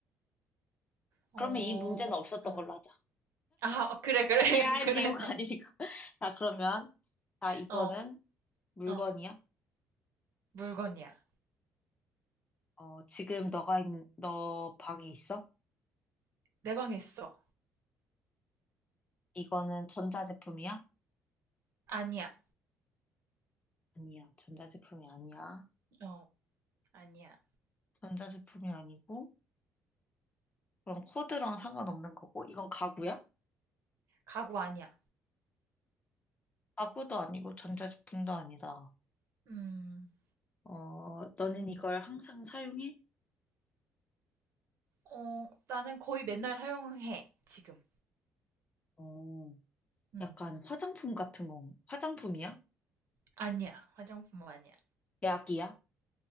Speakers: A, on the right (about 70°); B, on the left (about 30°).
A: 어,
B: 그러면 이 문제는 없었던
A: 음.
B: 걸로 하자.
A: 아, 어, 그래, 그래, <laughs>
B: 야,
A: 그래.
B: 니오가 아니니까. <laughs> 자, 그러면, 아, 이거는
A: 어,
B: 물건이야?
A: 어, 물건이야.
B: 어, 지금 너가 있는, 너 방에 있어?
A: 내 방에 있어.
B: 이거는 전자제품이야?
A: 아니야.
B: 아니야, 전자제품이 아니야.
A: 어, 아니야.
B: 전자제품이 아니고, 그럼 코드랑 상관없는 거고, 이건 가구야?
A: 가구 아니야.
B: 가구도 아니고, 전자제품도 아니다.
A: 음.
B: 어, 너는 이걸 항상 사용해?
A: 어, 나는 거의 맨날 사용해, 지금.
B: 어,
A: 음.
B: 약간 화장품 같은 거, 화장품이야?
A: 아니야. 화장품 아니야.
B: 약이야?